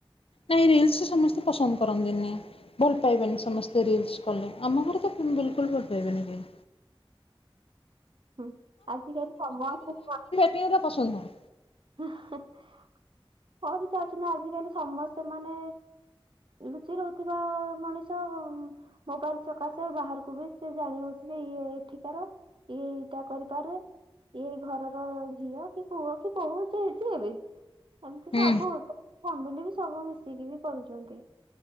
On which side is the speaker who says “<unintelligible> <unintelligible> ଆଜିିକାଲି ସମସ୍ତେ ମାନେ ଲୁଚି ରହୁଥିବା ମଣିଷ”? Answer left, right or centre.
Right